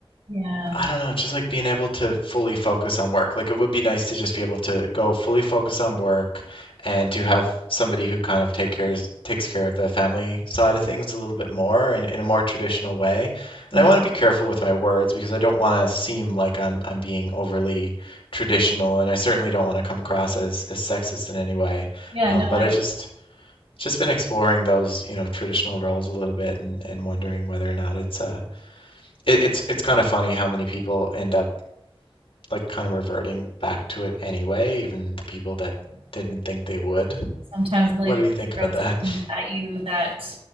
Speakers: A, on the right; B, on the left.
A: Yeah.
B: I don't know, just like being able to fully focus on work. Like it would be nice to just be able to go fully focus on work and to have somebody who kind of take cares takes care of the family side of things a little bit more in, in a more traditional way. And
A: Yeah.
B: I want to be careful with my words because I don't want to seem like I'm I'm being overly traditional and I certainly don't want to come across as as sexist in any way.
A: Yeah.
B: Um,
A: No,
B: but
A: I
B: I just just been exploring those, you know, traditional roles a little bit and, and wondering whether or not it's uh it, it's it's kind of funny how many people end up like kind of reverting back to it anyway, even the people that didn't think they would.
A: sometimes life
B: What do you
A: just
B: think about
A: throws
B: that?
A: things
B: <laughs>
A: at you that,